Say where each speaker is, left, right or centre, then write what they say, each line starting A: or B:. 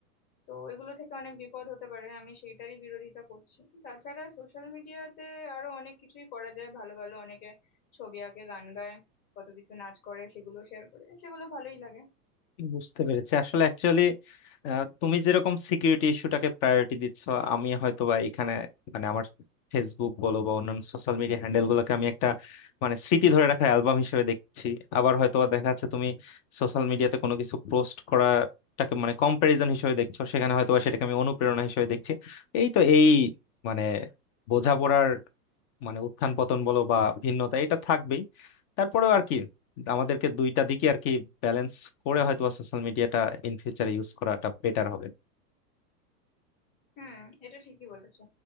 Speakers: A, on the left; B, on the left.
A: তো এগুলো থেকে অনেক বিপদ হতে পারে আমি সেইটারই বিরোধিতা করছি তাছাড়া সোশ্যাল মিডিয়াতে আরো অনেক কিছুই করা যায় ভালো ভালো অনেকে ছবি আঁকে গান গায় কত কিছু নাচ করে সেগুলো শেয়ার করে সেগুলো ভালোই লাগে
B: বুঝতে পেরেছি আসলে অ্যাকচুয়ালি তুমি যেরকম সিকিউরিটি ইস্যুটাকে প্রায়োরিটি দিচ্ছ আমি হয়তো বা এখানে মানে আমার ফেসবুক বলো বা অন্যান্য সোশ্যাল মিডিয়া হ্যান্ডেল গুলোকে আমি একটা মানে স্মৃতি ধরে রাখার অ্যালবাম হিসেবে দেখছি আবার হয়তো বা দেখা যাচ্ছে তুমি সোশ্যাল মিডিয়াতে কোনো কিছু পোস্ট করাটাকে মানে কম্প্যারিজন হিসেবে দেখছো সেখানে হয়তো বা সেটাকে আমি অনুপ্রেরণা হিসেবে দেখছি এই তো এই মানে বোঝাপড়ার মানে উত্থান পতন বলো বা ভিন্নতা এটা থাকবেই তারপরেও আর কি আমাদেরকে দুইটা দিকে আর কি ব্যালেন্স করে হয়তো সোশ্যাল মিডিয়াটা ইন ফিউচারে ইউজ করাটা বেটার হবে
A: হুম, এটা ঠিকই বলেছো।